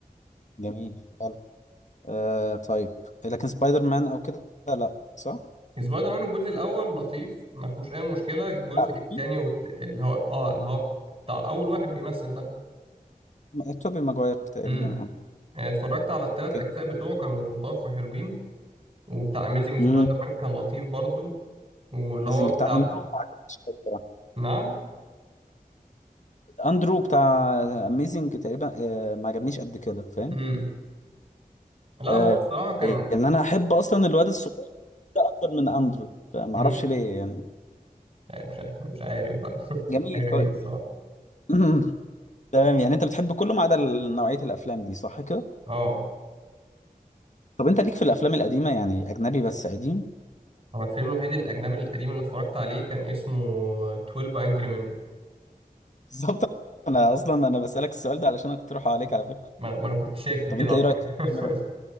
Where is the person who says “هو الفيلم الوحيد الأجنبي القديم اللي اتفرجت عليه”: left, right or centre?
Right